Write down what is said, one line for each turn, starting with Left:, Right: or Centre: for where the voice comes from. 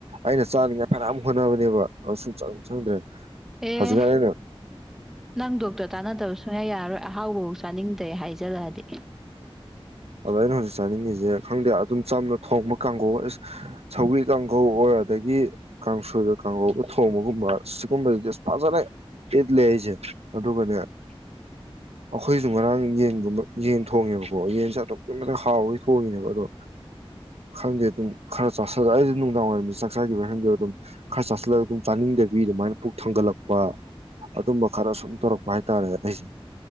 Right: ꯑꯩꯅ ꯆꯥꯔꯤꯉꯥꯏ ꯐꯅꯌꯥꯝ ꯍꯣꯠꯅꯕꯅꯦꯕ ꯁꯨꯡꯆꯪ ꯆꯪꯗ꯭ꯔꯦ
Centre: ꯑꯦ
Right: ꯍꯧꯖꯤꯛꯀꯥꯟ ꯑꯩꯅ
Centre: ꯅꯪ ꯗꯣꯛꯇꯔ ꯇꯥꯟꯅꯗꯕ ꯁꯨꯌ ꯌꯥꯔꯔꯣꯏ ꯑꯍꯥꯎꯕꯥꯕꯨ ꯆꯥꯅꯤꯡꯗꯦ ꯍꯥꯏꯁꯦ ꯖꯂꯗꯤ
Right: ꯑꯗꯣ ꯑꯩꯅ ꯍꯧꯖꯤꯛ ꯆꯥꯅꯤꯡꯉꯤꯁꯦ ꯈꯪꯗꯦ ꯑꯗꯨꯝ ꯆꯝꯅ ꯊꯣꯡꯕ ꯀꯥꯡꯒꯧ ꯑ ꯁꯧꯒ꯭ꯔꯤ ꯀꯥꯡꯒꯧ ꯑꯣꯏꯔ ꯑꯗꯒꯤ ꯀꯥꯡꯁꯣꯏꯗ ꯀꯥꯡꯒꯧꯒ ꯊꯣꯡꯕꯒꯨꯝꯕ ꯁꯤꯒꯨꯝꯕꯗꯨꯗꯤ ꯑꯁ ꯐꯖꯅ ꯏꯠꯂꯦ ꯑꯩꯁꯦ ꯑꯗꯨꯒꯅꯦ ꯑꯩꯈꯣꯏꯁꯨ ꯉꯔꯥꯡ ꯌꯦꯟꯒꯨꯝꯕ ꯌꯦꯟ ꯊꯣꯡꯉꯦꯕꯀꯣ ꯌꯦꯟꯁ ꯀꯣꯏꯅ ꯍꯥꯎꯕꯒꯤ ꯊꯣꯡꯉꯤꯅꯦꯕ ꯑꯗꯣ ꯈꯪꯗꯦ ꯑꯗꯨꯝ ꯈꯔ ꯆꯥꯁꯤꯜꯂ ꯑꯩꯁ ꯅꯨꯡꯗꯥꯡ ꯋꯥꯏꯔꯝꯗ ꯆꯥꯛꯆꯈꯤꯕ ꯈꯪꯗꯦ ꯑꯗꯨꯝ ꯈꯔ ꯆꯥꯁꯤꯜꯂꯒ ꯑꯗꯨꯝ ꯆꯥꯅꯤꯡꯗꯕꯤ ꯑꯗꯨꯃꯥꯏꯅ ꯄꯨꯛ ꯊꯥꯡꯒꯠꯂꯛꯄ ꯑꯗꯨꯝꯕ ꯈꯔ ꯁꯨꯝ ꯇꯧꯔꯛꯄ ꯍꯥꯏꯇꯥꯔꯦ ꯑꯩꯁꯦ